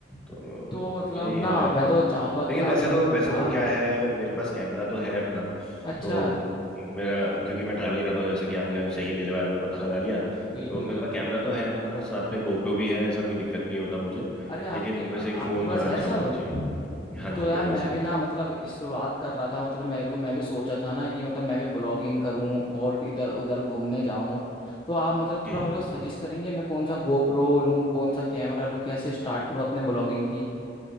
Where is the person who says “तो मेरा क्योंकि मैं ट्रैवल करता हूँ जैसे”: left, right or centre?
Centre